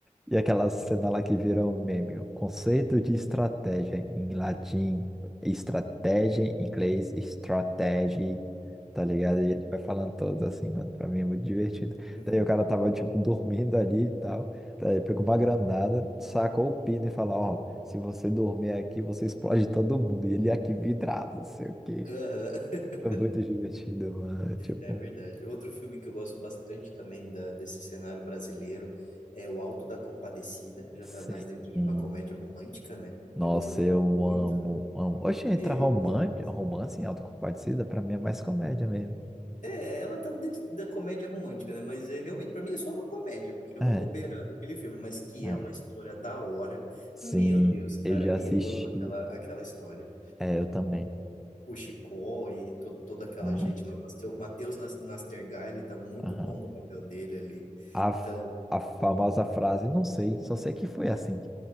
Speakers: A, in the centre; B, on the left (about 70°).
A: E aquela cena lá que virou um meme, o conceito de estratégia em latim, estratégia em inglês, strategy, tá ligado? E ele vai falando todos assim, mano, pra mim é muito divertido.
B: Uhum.
A: Daí o cara tava, tipo, dormindo ali e tal, daí pegou uma granada, sacou o pino e falou, ó, se você dormir aqui, você explode todo mundo. E ele aqui vidrado, não sei o quê.
B: Aham.
A: É muito divertido, mano, tipo...
B: É verdade. Outro filme que eu gosto bastante também da, desse cenário brasileiro é O Alto da Compadecida. Já
A: Sim.
B: tá mais dentro de uma comédia romântica, né?
A: Nossa,
B: Eu gostei
A: eu
B: muito.
A: amo, amo. Oxe, entra
B: Meu
A: romance,
B: Deus.
A: romance em Autocompadecida, pra mim é mais comédia mesmo.
B: É, ela tá dentro da comédia romântica, né? Mas é realmente, para mim é só uma comédia, porque é uma
A: É,
B: bobeirada aquele filme, mas que
A: é.
B: é uma história da hora.
A: Sim,
B: Meu Deus,
A: eu
B: cara,
A: já
B: eu
A: assisti.
B: amo aquela, aquela história.
A: É, eu também.
B: O Chicó e to, toda aquela
A: Aham,
B: gente lá. O Matheus Matheus Nas- Nastergal, ele tá muito
A: aham.
B: bom no papel dele ali.
A: A, f-
B: Então,
A: a famosa frase, não sei, só sei que foi assim.